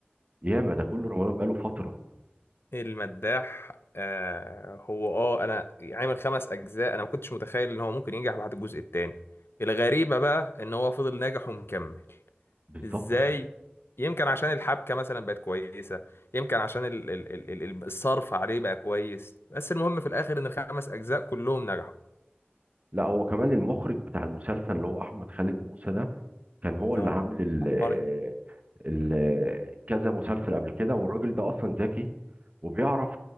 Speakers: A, on the right; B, on the left.
A: ياما ده كل رمضان بقاله فتره
B: المداح آه هو اه انا عامل خمس اجزاء انا ما كنتش متخيل ان هو ممكن ينجح بعد الجزء الثاني الغريبه بقى ان هو فضل ناجح ومكمل
A: بالظبط
B: ازاي يمكن عشان الحبكه مثلا بقت كويسه يمكن عشان ال ال ال ال- ال- الصرف عليه بقى كويس بس المهم في الاخر ان الخمس اجزاء كلهم نجحوا
A: لا هو كمان المخرج بتاع المسلسل اللي هو احمد خالد موسى ده كان هو
B: اه
A: اللي عامل ال
B: عبقري
A: آه، ال آه، كذا مسلسل قبل كده والراجل ده اصلا ذكي وبيعرف